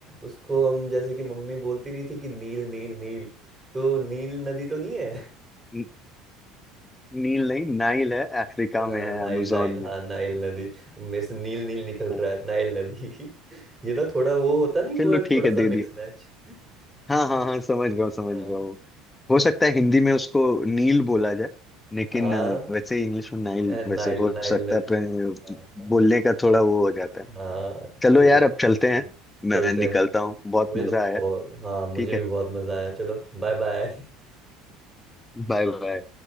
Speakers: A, on the right (about 15°); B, on the left (about 15°).
A: उसको हम जैसे कि मम्मी बोलती नहीं थी कि नील नील नील तो नील नदी तो नहीं है
B: नी- नील नहीं नाइल है अफ्रीका
A: हाँ
B: में है
A: नाइल
B: अमेजोन
A: नाइल हाँ
B: में
A: नाइल नदी मेरे से नील नील निकल रहा
B: हाँ
A: है नाइल नदी <laughs> ये ना थोड़ा वो होता नहीं
B: चलो
A: वर्ड
B: ठीक
A: थोड़ा
B: है
A: सा
B: दे
A: मिक्स
B: दिए
A: मैच
B: हाँ
A: <laughs>
B: हाँ हाँ समझ गया हूँ,
A: हाँ
B: समझ गया हूँ। हो सकता है हिंदी में उसको नील बोला जाए लेकिन
A: हाँ,
B: अ, वैसे इंग्लिश में नाइल
A: ए, नाइल
B: वैसे हो
A: नाइल
B: सकता
A: नदी
B: है पर,
A: हाँ
B: बोलने का थोड़ा वो हो जाता है
A: हाँ,
B: चलो
A: चलो
B: यार अब चलते हैं मैं
A: चलते
B: निकलता
A: हैं
B: हूँ बहुत
A: मुझे तो
B: मजा
A: बहुत
B: आया
A: हाँ मुझे
B: ठीक
A: भी
B: है
A: बहुत मजा आया चलो बाय बाय
B: बाय बाय